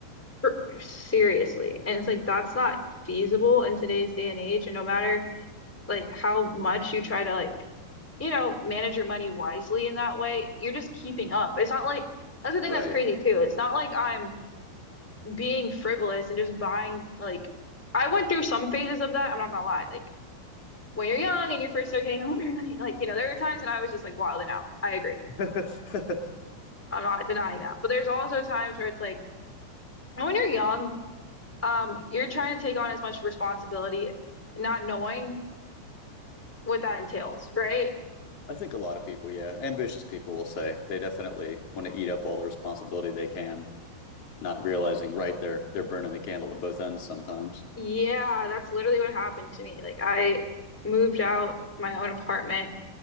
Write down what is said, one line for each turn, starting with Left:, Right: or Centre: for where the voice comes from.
Centre: for, seriously. And it's like, that's not feasible in today's day and age. And no matter like how much you try to like, you know, manage your money wisely in that way, you're just keeping up. It's not like, that's the
Left: right
Centre: thing that's crazy too. It's not like I'm being frivolous and just buying like I went through some phases of that, I'm not gonna lie. Like when you're young and you first start getting <laughs> older, like you know, there are times when I was just like wilding out. I agree.
Left: <laughs>
Centre: I'm not denying that. But there's also times where it's like when you're young, um, you're trying to take on as much responsibility, not knowing what that entails, right?
Left: I think a lot of people yeah ambitious people will say they definitely want to eat up all the responsibility they can not realizing right they're they're burning the candle at both ends sometimes
Centre: Yeah, that's literally what happened to me. Like I moved out my own apartment